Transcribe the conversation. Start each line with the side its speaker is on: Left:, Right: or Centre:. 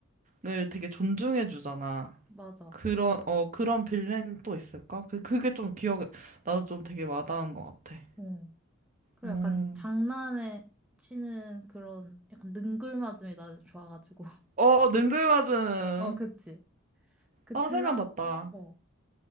Right: 을 되게 존중해 주잖아.
Centre: 맞아.
Right: 그런 어 그런 빌런 또 있을까? 그 그게 좀 기억에 나도 좀 되게 와닿은 것 같아.
Centre: 어 그리고
Right: 음.
Centre: 약간 장난에 치는 그런 약간 능글맞음이 나는 좋아가지고. <laughs>
Right: 어 능글 맞은.
Centre: 어, 그치. 그
Right: 아
Centre: 드라,
Right: 생각났다.
Centre: 어,